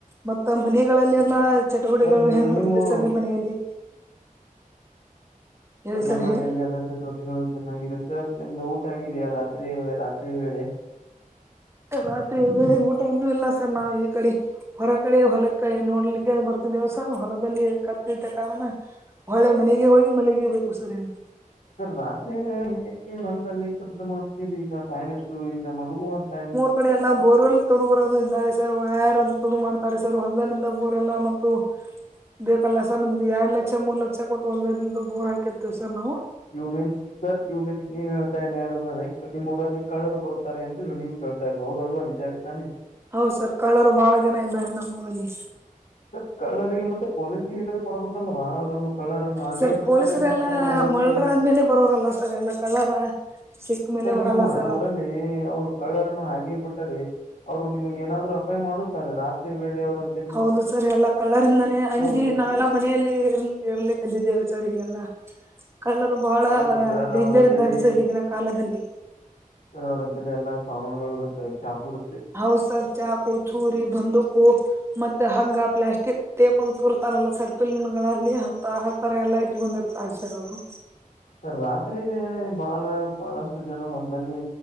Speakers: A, on the right (about 20°); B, on the left (about 65°).
A: ಮತ್ತ ಮನಿಗಳಲ್ಲಲ್ಲ ಚಟುವಟೀಕೆಗಳು
B: ಸರ್
A: ಹೆಂಗ್ ನಡೀತೈತೆ
B: ನೀವು
A: ಸರ್ ನಿಮ್ಮ ಮನೆಯಲ್ಲಿ ಹೇಳಿ
B: ಸರ್ ನಮ್ಮ ಮನೆಯಲ್ಲಿ
A: ಹೇಳಿ
B: ಎಲ್ಲಾ ಚಟುವಟಿಕೆಗಳು ಚೆನ್ನಾಗಿದೆ ಸರ್ ನಿಮ್ದ ಊಟ ಆಗಿದೆಯಾ ರಾತ್ರಿ ರಾತ್ರಿ ವೇಳೆ
A: ರಾತ್ರಿ ಬೇರೆ ಊಟ ಇನ್ನೂ ಇಲ್ಲ ಸರ್ ನಾವ್ ಈ ಕಡೆ ಹೊರ ಕಡೆೆಯ ಹೊಲಕೇ ನೋಡ್ಲಿಕ್ಕೆ ಬರ್ತಿದ್ದೇವ ಸರ್ ಹೊಲದಲ್ಲಿ ಕತ್ತಿದ್ದ ಕಾರಣ ಹೊಳೆ ಮನೆಗೆ ಹೋಗಿ ಮಲಗಬೇಕು ಸರ್ ಇನ್ನು
B: ಸರ್ ರಾತ್ರಿ ವೇಳೆ ಹೆಂಗೆ ಹೊಲದಲ್ಲಿ ಕೆಲಸ ಮಾಡಿಸ್ತೀರಿ ಈಗಾ ಟೈಮ್ ಎಷ್ಟು ಈಗ ಮಲಗುವ ಟೈಮ್
A: ಈ ಕಡೆ ಎಲ್ಲ ಬೋರ್ವೆಲ್ ತೊಡಗೋರದು ಇದ್ದಾರೆ ಸರ್ ವೈರ್ ಅದು ತೊಡು ಮಾಡ್ತಾರೆ ಸರ್ ಹೊಲ್ದದಲ್ಲಿಂದ ಬೋರ್ ಎಲ್ಲ ಮತ್ತು ಬೇಕಲ್ಲ ಸರ್ ನಮ್ದು ಎರಡ್ ಲಕ್ಷ ಮೂರು ಲಕ್ಷ ಕೊಟ್ಟು ಹೊಲದಳಿಂದ ಬೋರ್ ಹಾಕಿರ್ತೇವಿ ಸರ್ ನಾವು
B: you means sir you means ನೀವ್ ಹೇಳ್ತಾನೇರಿ ನಿಮ್ಮು ಊರಲ್ಲಿ ಕಳ್ಳರು ಬರುತ್ತಾರೆ ಅಂದು ನೀವು ಹೇಳ್ ಸರ್ ಹೌದಲ್ವಾ ನಿಜಾನೇತಾನೆ
A: ಹೌದು ಸರ್ ಕಳ್ಳರು ಬಹಳ ಜನ ಇದ್ದಾರೆ ನಮ್ಮ್ ಊರಲ್ಲಿ
B: ಸರ್ ಕಳ್ಳರಿಗೆ ಮತ್ತೆ ಪೊಲೀಸ್ಗೆ ಇಡುದು ಕೊಡ್ಬೇಕಲ್ವಾ ಅವ್ರನ್ನು ಕಳ್ಳರನ್ನು ಹಾಗೆ
A: ಸರ್
B: ಬಿಟ್ಟಾರೆ
A: ಪೊಲೀಸರೆಲ್ಲಾ
B: ಮತ್ತೆ ನಿಮ್ಮ್ ಊರಲ್ಲಿ
A: ಮಳ್ಳರ ಆದ್ಮೇಲೆ ಬರೋರಲ್ಲ ಸರ್ ಎಲ್ಲಾ ಕಳ್ಳರ ಸಿಕ್ ಮೇಲೆ
B: ಸರ್
A: ಬರಲ್ಲ
B: ನಿಮ್ಮ
A: ಸರ್
B: ಊರಲ್ಲಿ ಅವರು ಕಳ್ಳರನ್ನು ಹಾಗೇ ಬಿಟ್ಟರೆ ಅವ್ರು ನಿಮಗೆ ಏನಾದ್ರು ಅಪಾಯ ಮಾಡುತ್ತಾರೆ ರಾತ್ರಿ ವೇಳೆ ಅವರಂತೆ
A: ಹೌದು ಸರ್ ಎಲ್ಲಾ ಕಳ್ಳರಿಂದನೆ ಅಂಜಿ
B: ಇರುತ್ತದೆ
A: ನಾವು ಮನೆಯಲ್ಲಿ ಇ ಇರ್ಲಿಕದ್ದಿದ್ದು ದೇವು ಸರ್ ಇದೆಲ್ಲಾ ಕಳ್ಳರು ಬಹಳ
B: ಹೌದು ಸರ್
A: ಡೇಂಜರ
B: ಅವ್ರಂತೇಲಿ
A: ಇದ್ದಾರೆ ಸರ್ ಈಗಿನ ಕಾಲದಲ್ಲಿ.
B: ಸರ್ ಅವ್ರಂತಲ್ಲಿ ಎಲ್ಲ ಸಾಮಾನಗಳು ಇರುತ್ತವೆ ಚಾಕು ಇರು
A: ಹೌ ಸರ್ ಚಾಕು ಚೂರಿ ಬಂದೂಕು ಮತ್ತ ಹಂಗ ಪ್ಲಾಸ್ಟಿಕ್ ಟೇಪ್ ಅದು ತುರ್ತಾರ್ ಅಲ್ಲಾ ಸರ್ ಫಿಲ್ಮ್ಗಲ್ಲಿ ಹಂತಾ ಆತರ ಎಲ್ಲಾ ಇಟ್ಕೊಂಡಿರ್ತರ್ ಸರ್ ಅವ್ರು.
B: ಸರ್ ರಾತ್ರಿ ವೇಳೆ ಬಹಳ ಬಹಳಷ್ಟು ಜನ ಹೊಲ್ದಲ್ಲಿ